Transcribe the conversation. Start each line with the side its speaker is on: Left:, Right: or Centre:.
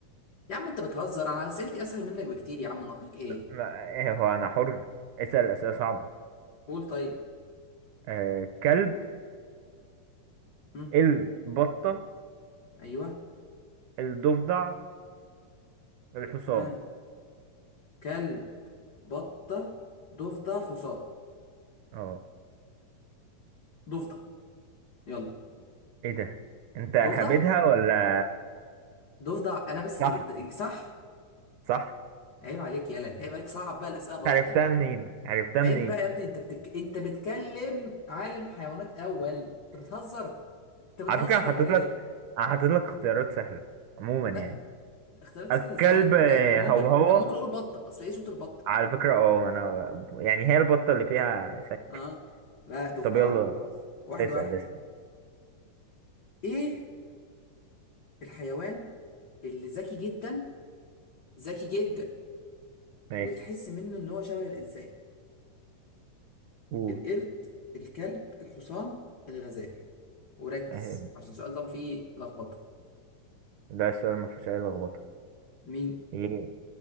Left: يا عم انت بتهزر انا اسئلتي اسهل منك بكتير يا عم نقيك ايه
Right: ما ايه هو انا حر اسأل اسئلة صعبة
Left: قول طيب
Right: آه كلب
Left: هم.
Right: البطة
Left: ايوه
Right: الضفدع الحصان
Left: ها كلب بطة ضفدع حصان
Right: اه
Left: ضفدع يلا
Right: ايه ده انت هبدها
Left: ضفدع
Right: ولا
Left: ضفدع انا بس
Right: صح
Left: صح
Right: صح
Left: عيب عليك يالا عيب عليك صعب بقى الاسئله براحتك
Right: عرفتها منين عرفتها
Left: عيب
Right: منين
Left: بقى يا ابني انت بتك... انت بتكلم عالم حيوانات اول انت بتهزر انت بتهزر
Right: على فكرة انا
Left: ولا
Right: حطيت
Left: ايه
Right: لك انا حطيت لك اختيارات سهلة عموما يعني
Left: لا اختيارات
Right: الكلب
Left: سهله ازاي يعني؟
Right: آه،
Left: لا كان ممكن
Right: هو هو
Left: كان ممكن اقول بطه اصل ايه صوت البطه
Right: على فكرة اه انا يعني هي البطة اللي فيها شك
Left: اه لا ضفدع
Right: طب يلا
Left: خلاص واحد
Right: اسأل
Left: واحد
Right: اسأل
Left: ايه الحيوان اللي ذكي جدا ذكي جدا
Right: ماشي
Left: وتحس منه ان هو شبه الانسان
Right: قول
Left: القرد الكلب الحصان الغزال وركز
Right: اهي
Left: عشان السؤال ده فيه لخبطه
Right: ده السؤال ما فيهوش اي لخبطة
Left: مين
Right: ايه